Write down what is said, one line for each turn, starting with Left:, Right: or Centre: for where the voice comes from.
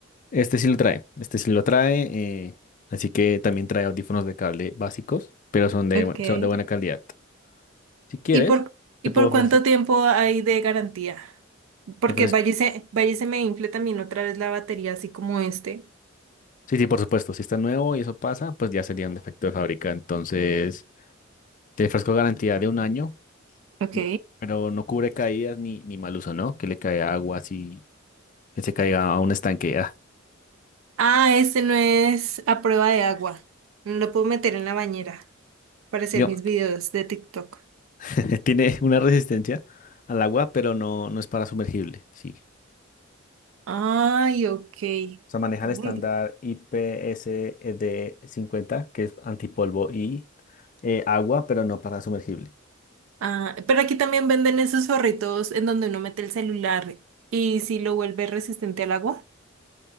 Left: Este sí lo trae, este sí lo trae, eh, así que también trae audífonos de cable básicos, pero son de,
Right: Okay.
Left: buen- son de buena calidad. Si quieres,
Right: ¿Y por,
Left: te
Right: y
Left: puedo
Right: por
Left: ofrecer,
Right: cuánto tiempo hay de garantía? Porque
Left: te ofrezco.
Right: vaya y se, vaya y se me infle también otra vez la batería, así como este.
Left: Sí, sí, por supuesto, si está nuevo y eso pasa, pues ya sería un defecto de fábrica. Entonces, te ofrezco garantía de un año,
Right: Ok.
Left: no- pero no cubre caídas ni, ni mal uso, ¿no? Que le caiga agua así, que se caiga a un estanque. Ah,
Right: Ah, este no es a prueba de agua. No lo puedo meter en la bañera para hacer
Left: Digo,
Right: mis videos de TikTok.
Left: <laughs> tiene una resistencia al agua, pero no, no es para sumergible, sí.
Right: Ay, ok.
Left: O sea, maneja
Right: Mm,
Left: el estándar IPSD 50, que es antipolvo y eh, agua, pero no para sumergible.
Right: Ah, pero aquí también venden esos forritos en donde uno mete el celular y si lo vuelve resistente al agua.